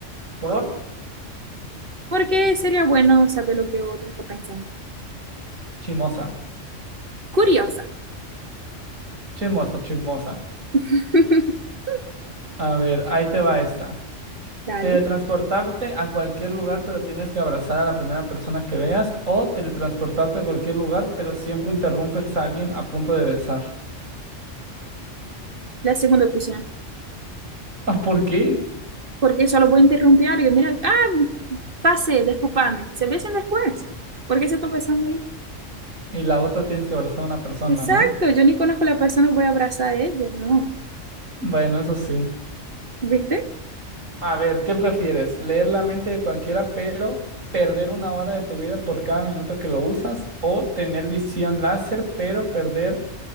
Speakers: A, on the right; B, on the right.
A: ¿Por?
B: porque sería bueno saber lo que otro está pensando.
A: Chimosa,
B: Curiosa.
A: chimosa, chimosa.
B: <laughs>
A: A ver, ahí te va esta.
B: Dale,
A: Teletransportarte a cualquier lugar, pero tienes que abrazar a la primera persona que veas. O teletransportarte a cualquier lugar, pero siempre interrumpes a alguien a punto de besar. <laughs>
B: la segunda opción.
A: Ah, ¿por qué?
B: Porque solo voy a interrumpir algo. Mira, ah, pase, discúlpame. Se besan después. ¿Por qué se está besando ahí?
A: Y la otra tienes que abrazar a una persona,
B: Exacto,
A: ¿no?
B: yo ni conozco a la persona, voy a abrazar a ella, no.
A: Bueno, eso sí.
B: ¿Viste?
A: A ver, ¿qué prefieres? ¿Leer la mente de cualquiera, pero perder una hora de tu vida por cada minuto que lo usas? ¿O tener visión láser, pero perder,